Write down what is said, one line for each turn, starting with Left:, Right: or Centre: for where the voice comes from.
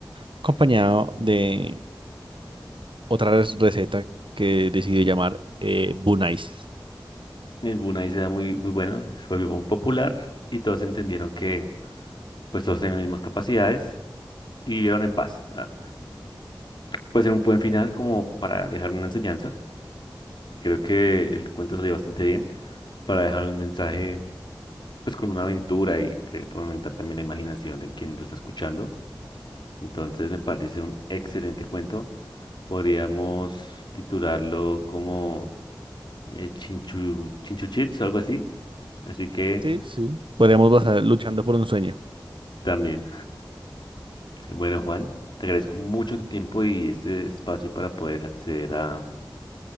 Right: acompañado de otra res- receta que decidió llamar eh, Bunais.
Left: El Brunei era muy, muy bueno, fue muy popular y todos entendieron que pues todos tenían las mismas capacidades y vivieron en paz. Ah, puede ser un buen final como para dejar una enseñanza. Creo que el cuento salió bastante bien para dejar un mensaje pues con una aventura y que fomentar también la imaginación de quien lo está escuchando. Entonces me parece un excelente cuento Podríamos titularlo como eh, Chinchu, Chinchuchits algo así. Así que
Right: Sí, Sí. podríamos basar luchando por un sueño.
Left: también. Bueno, Juan, te agradezco mucho tu tiempo y este espacio para poder acceder a,